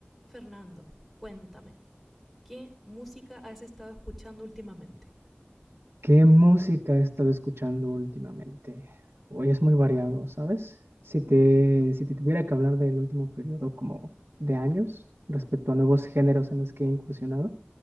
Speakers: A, in the centre; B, on the right.
A: Fernando, cuéntame, ¿qué música has estado escuchando últimamente?
B: ¿Qué música he estado escuchando últimamente? Hoy es muy variado, ¿sabes? Si te, si te tuviera que hablar del último periodo como de años respecto a nuevos géneros en los que he incursionado,